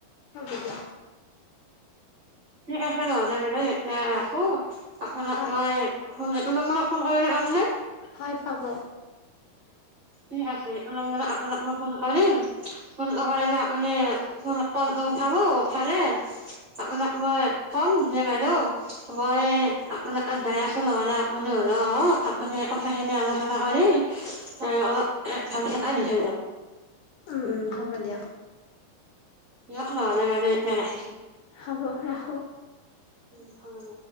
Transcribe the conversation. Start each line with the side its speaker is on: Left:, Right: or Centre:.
Left: হ'ব দিয়ক
Right: ঠিক আছে নহ'লে বাইদেউ এতিয়া ৰাখো। আপোনাক
Left: হয়
Right: মই ফোন এইটো নম্বৰত ফোন কৰিলে পাম নে
Left: হয় পাব
Right: ঠিক আছে এইটো নম্বৰত আপোনাক মই ফোন কৰিম ফোনটো কৰিলে আপুনি ফোন কল উঠাব উঠালে আপোনাক মই কম যে বাইদেউ মই আপোনাৰ তাত যায় আছো নহলে আপুনি ওলাই আহক, আপুনি কথাখিনি আলোচনা কৰি <inaudible>
Left: উম হ'ব দিয়ক
Right: দিয়ক নহলে বাইদেউ এতিয়া ৰাখিছোঁ
Left: হ'ব ৰাখো
Right: উম হয় ন।